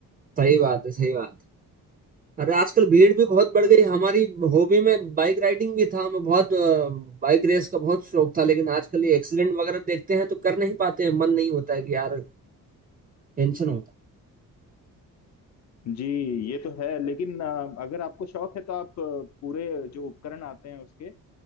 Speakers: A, on the right; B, on the left.
A: सही बात है सही बात है अरे आजकल भीड़ भी बहुत
B: हाँ,
A: बढ़ गई हमारी हॉबी में बाइक राइडिंग भी था हमें बहुत अ, बाइक रेस का बहुत शौक था लेकिन आजकल ये एक्सीडेंट वगैरह देखते हैं तो कर नहीं पाते हैं मन नहीं होता है कि यार टेंशन होता
B: जी ये तो है लेकिन अ, अगर आपको शौक है तो आप अ, पूरे जो उपकरण आते हैं उसके